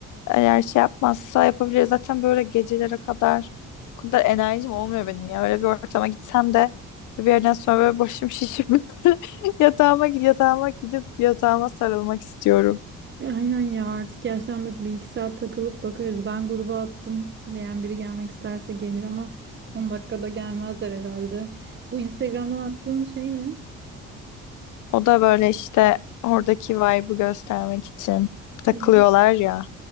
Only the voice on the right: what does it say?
Aynen ya artık yaşlandık bir iki saat takılıp bakarız. Ben gruba attım. Yani biri gelmek isterse gelir ama son dakikada gelmezler herhalde. Bu Instagram'dan attığın şey ne?
Bu-